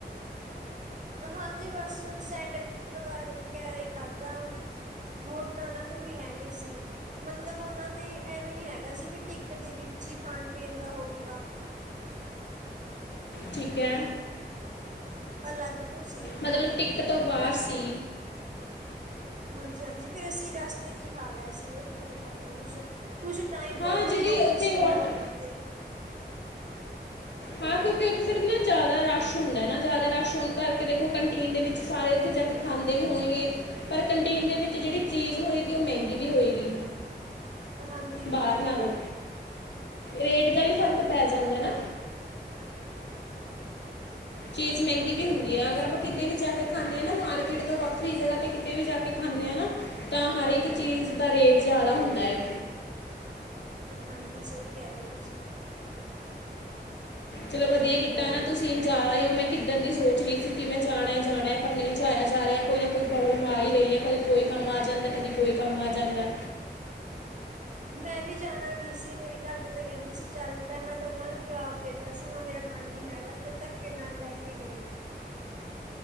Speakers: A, on the right (about 45°); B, on the left (about 90°).
A: ਹਾਂਜੀ ਬਸ ਸੈਂਡਵਿਚ ਵਗ ਵਗੈਰਾ ਹੀ ਖਾਧਾ। ਹੋਰ ਤਾਂ ਉਹਨਾਂ ਦੇ ਕੋਈ ਹੈ ਨਹੀਂ ਸੀ। ਮਤਲਬ ਉਹਨਾਂ ਦੇ ਐਵੇਂ ਨੀ ਹੈਗਾ ਸੀ ਵੀ ਟਿਕਟ ਦੇ ਵਿੱਚ ਹੀ ਖਾਣ ਪੀਣ ਦਾ ਹੋਊਗਾ।
B: ਠੀਕ ਏ।
A: ਅਲੱਗ ਤੋਂ ਸੀ
B: ਮਤਲਬ
A: ਖਾਣ
B: ਟਿਕਟ
A: ਪੀਣ ਦਾ
B: ਤੋਂ ਬਾਹਰ
A: ਫਿਰ ਅਸ
B: ਸੀ
A: ਹਾਂਜੀ -ਹਾਂਜੀ ਫਿਰ ਅਸੀਂ ਰਸਤੇ ਚ ਹੀ ਖਾ ਲਿਆ ਸੀ ਉੱਥੋਂ ਨੀ ਖਾਧਾ ਕੁਛ। ਕੁਝ ਟਾਈਮ
B: ਹਾਂ
A: ਬਹੁਤ
B: ਜਿਹੜੀ
A: ਲਗਾਉਂਦੇ
B: ਉੱਥੇ
A: ਸੀ ਉਹ
B: ਵਾਟਰ
A: ਔਡਰ ਦੇ
B: ਹਾਂ ਕਿਉਂਕਿ ਉੱਥੇ ਸਿਰਫ ਨਾ ਜ਼ਿਆਦਾ ਰਸ਼ ਹੁੰਦਾ ਨਾ ਜ਼ਿਆਦਾ ਰਸ਼ ਹੋਣ ਕਰਕੇ ਦੇਖੋ ਕੰਟੀਨ ਦੇ ਵਿੱਚ ਸਾਰੇ ਉੱਥੇ ਜਾ ਕੇ ਖਾਂਦੇ ਵੀ ਹੋਣਗੇ, ਪਰ ਕੰਟੀਨ ਦੇ ਵਿੱਚ ਜਿਹੜੀ ਚੀਜ਼ ਹੋਏਗੀ ਉਹ ਮਹਿੰਗੀ ਵੀ ਹੋਏਗੀ।
A: ਹਾਂਜੀ ਹਾਂਜੀ
B: ਬਾਹਰ ਨਾਲੋਂ, ਰੇਟ ਦਾ ਵੀ ਫ਼ਰਕ ਪੈ ਜਾਂਦਾ ਨਾ। ਚੀਜ਼ ਮਹਿੰਗੀ
A: ਹਾਂਜੀ
B: ਵੀ ਹੁੰਦੀ ਹੈ ਅਗਰ ਆਪਾਂ, ਕਿਤੇ ਵੀ ਜਾ ਕੇ ਖਾਂਨੇ ਆ ਨਾ, ਮਾਰਕੀਟ ਤੋਂ ਵੱਖਰੀ ਜਗ੍ਹਾ ਤੇ ਕਿਤੇ ਵੀ ਜਾ ਕੇ ਖਾਂਨੇ ਆ ਨਾ, ਤਾਂ ਹਰ ਇੱਕ ਚੀਜ਼ ਦਾ ਰੇਟ ਜ਼ਿਆਦਾ ਹੁੰਦਾ ਹੈ।
A: ਹਾਂਜੀ ਸਹੀ ਕਹਿ ਰਹੇ ਹੋ ਤੁਸੀਂ
B: ਚਲੋ ਵਧੀਆ ਕੀਤਾ ਨਾ ਤੁਸੀਂ ਜਾ ਰਹੇ ਹੋ ਮੈਂ ਕਿੱਦਣ ਦੀ ਸੋਚ ਰਹੀ ਸੀ ਕਿ ਮੈਂ ਜਾਣਾ ਜਾਣਾ ਪਰ ਨਹੀਂ ਜਾਇਆ ਜਾ ਰਿਹਾ ਕੋਈ ਨਾ, ਕੋਈ ਪ੍ਰੋਬਲਮ ਆ ਹੀ ਰਹੀ ਹੈ ਕਦੇ ਕੋਈ ਕੰਮ ਆ ਜਾਂਦਾ ਕਦੇ ਕੋਈ ਕੰਮ ਆ ਜਾਂਦਾ।
A: ਮੈਂ ਵੀ ਜਾਣਾ ਨੀ ਸੀ ਮੇਰੇ ਘਰ ਦੇ ਤੇ ਕਹਿੰਦੇ ਸੀ ਚੱਲ ਪੈ ਮੈਂ ਤੇ ਉਹਨਾਂ ਨੂੰ ਜਵਾਬ ਦੇ ਤਾ ਸੀ ਮੇਰਾ ਮਨ ਨੀ ਹੈਗਾ ਫਿਰ ਧੱਕੇ ਨਾਲ ਲੈ ਕੇ ਗਏ।